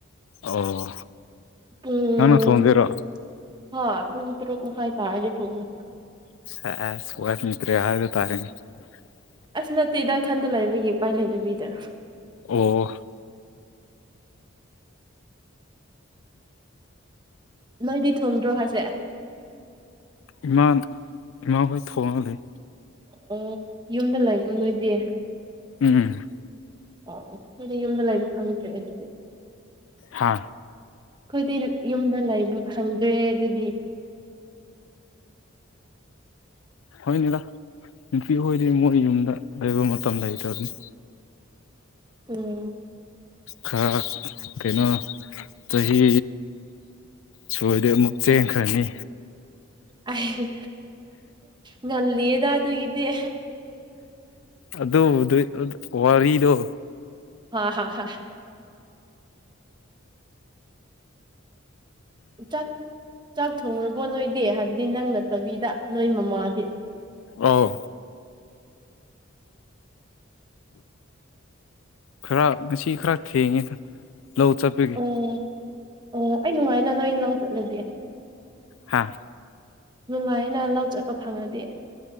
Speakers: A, on the left; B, on the right.
A: ꯑꯣ
B: ꯄꯨꯡ
A: ꯅꯪꯅ ꯊꯣꯡꯗꯣꯏꯔꯣ
B: ꯍꯣꯏ ꯄꯨꯡ ꯇꯔꯨꯛ ꯃꯥꯈꯥꯏ ꯇꯥꯔꯗꯤ ꯊꯣꯡꯅꯤ
A: ꯁꯦꯁ <unintelligible>
B: ꯑꯁ ꯅꯠꯇꯦꯗ ꯏꯊꯟꯗ ꯂꯩꯕꯒꯤ ꯎꯄꯥꯏ ꯂꯩꯇꯕꯤꯗ
A: ꯑꯣ
B: ꯅꯣꯏꯗꯤ ꯊꯣꯡꯗ꯭ꯔꯣ ꯍꯥꯏꯁꯦ
A: ꯏꯃꯥ ꯏꯃꯥ ꯍꯣꯏ ꯊꯣꯡꯉ ꯂꯩ
B: ꯑꯣ ꯌꯨꯝꯗ ꯂꯩꯕ ꯅꯣꯏꯗꯤ
A: ꯎꯝ
B: ꯑꯣ ꯑꯣ ꯅꯣꯏꯗꯤ ꯌꯨꯝꯗ ꯂꯩꯕ ꯐꯪꯗ꯭ꯔꯦ ꯑꯗꯨꯗꯤ
A: ꯍꯥ
B: ꯑꯩꯈꯣꯏꯗꯤ ꯌꯨꯝꯗ ꯂꯩꯕ ꯐꯪꯗ꯭ꯔꯦ ꯑꯗꯨꯒꯤ
A: ꯍꯣꯏꯅꯤꯗ ꯅꯨꯄꯤꯍꯣꯏꯗꯤ ꯃꯣꯏ ꯌꯨꯝꯗ ꯂꯩꯕ ꯃꯇꯝ ꯂꯩꯇꯕꯅꯤ
B: ꯎꯝ
A: ꯈꯔ ꯀꯩꯅꯣ ꯆꯍꯤ ꯁꯣꯏꯗꯤ ꯑꯃꯨꯛ ꯆꯦꯟꯈ꯭ꯔꯅꯤ
B: ꯑꯩ ꯉꯜꯂꯤꯗ ꯑꯗꯨꯏꯗ
A: ꯑꯗꯨ <unintelligible> ꯋꯥꯔꯤꯗꯣ
B: ꯍꯥ ꯍꯥ ꯍꯥ ꯆꯥꯛ ꯆꯥꯛ ꯊꯣꯡꯔꯕꯣ ꯅꯣꯏꯗꯤ ꯍꯥꯏꯕꯗꯤ ꯅꯪ ꯅꯠꯇꯕꯤꯗ ꯅꯣꯏ ꯃꯃꯥꯗꯤ
A: ꯑꯧ ꯈꯔ ꯉꯁꯤ ꯈꯔ ꯊꯦꯉꯦ ꯂꯧ ꯆꯠꯄꯒꯤ
B: ꯑꯣ ꯑꯣ ꯑꯩ ꯅꯨꯡꯉꯥꯏꯅ ꯅꯣꯏ ꯂꯧ ꯆꯠꯂꯗꯤ
A: ꯍꯥꯥ
B: ꯅꯨꯡꯉꯥꯏꯌꯦꯅ ꯂꯥꯎ ꯆꯠꯄ ꯐꯪꯉꯗꯤ